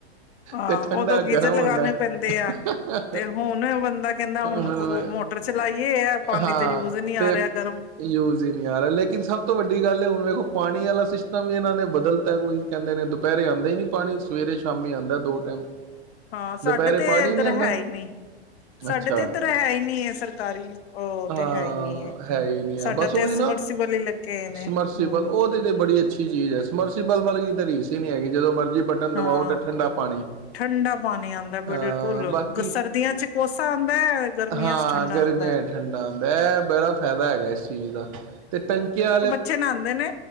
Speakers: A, on the left; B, on the right.
A: ਹਾਂ
B: ਤੇ ਠੰਡਾ
A: ਉਦੋਂ ਗੀਜ਼ਰ
B: ਗਰਮ
A: ਲਗਾਣੇ
B: ਹੁੰਦਾ ਹ
A: ਪੈਂਦੇ ਆ ਤੇ ਹੁਣ ਬੰਦਾ ਕਹਿੰਦਾ ਹੁਣ
B: ਹ
A: ਮੋਟਰ ਚਲਾਈਏ ਇਹ ਪਾਣੀ
B: ਹਾਂ
A: ਤੇ ਯੂਜ ਨਹੀਂ ਆ
B: ਤੇ
A: ਰਿਹਾ ਗਰਮ
B: ਯੂਜ ਹੀ ਨਹੀਂੀ ਆ ਰਿਹਾ ਲੇਕਿਨ ਸਭ ਸਭ ਤੋਂ ਵੱਡੀ ਗੱਲ ਹੈ, ਹੁਣ ਵੇਖੋ ਪਾਣੀ ਵਾਲਾ ਸਿਸਟਮ ਵੀ ਇਹਨਾਂ ਨੇ ਬਦਲਤਾ ਹੁਣ ਕਹਿੰਦੇ ਨੇ ਦੁਪਹਿਰੇ ਆਉਂਦਾ ਹੀ ਨਹੀਂ ਪਾਣੀ ਸਵੇਰੇ ਸ਼ਾਮੀ ਆਉਂਦਾ ਦੋ ਟਾਈਮ
A: ਹਾਂ ਸਾਡੇ
B: ਦੁਪਹਿਰੇ
A: ਤੇ
B: ਪਾਣੀ
A: ਇਧਰ
B: ਨਹੀਂ ਆਉਂਦਾ
A: ਹੈ ਹੀ ਨੀ ਸਾਡੇ
B: ਅੱਛਾ
A: ਤੇ ਇਧਰ ਹੈ ਹੀ ਨਹੀਂ ਹੈ ਸਰਕਾਰੀ ਉਹ
B: ਹਾਂ
A: ਤੇ ਹੈ ਹੀ ਨੀ ਹੈ।
B: ਹੀ ਨਹੀਂ ਹੈ
A: ਸਾਡਾ
B: ਬਸ
A: ਤੇ
B: ਉਹੀ
A: ਸਮਰਸੀਬਲ
B: ਨਾ
A: ਹੀ ਲੱਗੇ ਨੇ
B: ਸਮਰਸੀਬਲ
A: ਹਮ
B: ਉਹ ਤੇ ਤੇ ਬੜੀ ਅੱਛੀ ਚੀਜ਼ ਹੈ। ਸਮਰਸੀਬਲ ਵਰਗੀ ਤਾਂ ਰਰੀਸੀ ਸੀ ਨੀ ਹੈਗੀ ਜਦੋਂ ਮਰਜ਼ ਜ ਬਟਨ ਦਵਾਓ
A: ਹਾਂ
B: ਤੇ ਠੰਡਾ ਪਾਣੀ
A: ਠੰਡਾ ਪਾਣੀ ਆਉਂਦਾ
B: ਹਾਂ
A: ਬਿਲਕੁਲ
B: ਬਾਕੀ
A: ਸਰਦੀਆਂ ਚ ਕੋਸਾ ਆਉਂਦਾ ਹੈ ਗਰਮੀਆਂ
B: ਹਾਂ
A: ਚ ਠੰਡਾ
B: ਗਰਮੀਆਂ
A: ਆਉਂਦਾ ਹੈ
B: ਠੰਡਾ ਆਉਂਦਾ ਇਹ ਬੜਾ ਫਾਇਦਾ ਹੈਗਾ ਇਸ ਚੀਜ਼ ਦਾ ਤੇ ਟੰਕੀਆਂ ਆਲੇ
A: ਪਿੱਛੇ ਨਹਾਉਂਦੇ ਨੇ